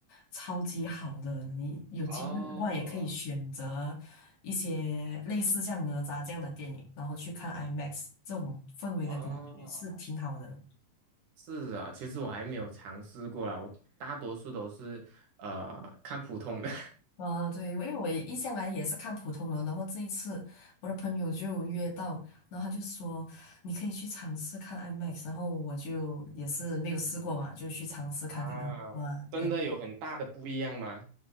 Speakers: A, on the left (about 65°); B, on the right (about 90°).
A: 超级好的。你有机会的话，
B: 哦
A: 也可以选择一些类似像哪吒这样的电影，然后去看 IMAX，这种氛围的感觉是挺好的。
B: 哦，是啊，其实我还没有尝试过啦，我大多数都是呃看普通的。
A: 啊、对，因为我一向来也是看普通人，然后这一次我的朋友就有约到，然后他就说你可以去尝试看 IMAX，然后我就也是没有试过嘛，就去尝试看看。
B: 啊，
A: 哇，
B: 真的有很大的不一样吗？
A: 对。